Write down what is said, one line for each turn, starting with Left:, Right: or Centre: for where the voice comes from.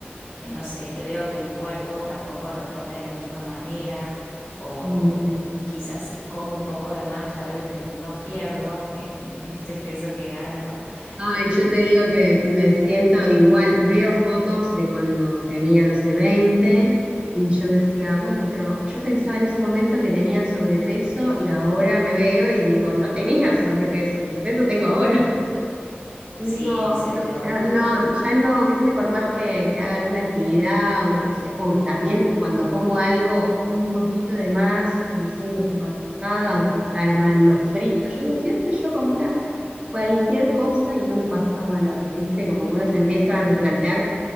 Left: que no sé, que veo que el cuerpo tampoco responde de la misma manera o
Right: mm, sí.
Left: quizás si como un poco de más ya veo que no pierdo <laughs> ese peso que gano,
Right: Ay,
Left: entonces
Right: yo te digo que me siento igual, veo fotos de cuando tenía, no sé, 20 y yo decía, bueno, pero yo pensaba en ese momento que tenía sobrepeso y ahora me veo y digo, no tenía sobrepeso, sobrepeso tengo ahora. Y
Left: sí,
Right: digo,
Left: me siento
Right: no,
Left: igual.
Right: no, no, ya no, viste, por más que, que haga alguna actividad o lo que sea, o también cuando como algo un poquito de más, que me siento súper pesada o que me caen mal los fritos, yo digo, si antes yo comía cualquier cosa y no me pasaba nada, viste, como que uno se empieza a replantear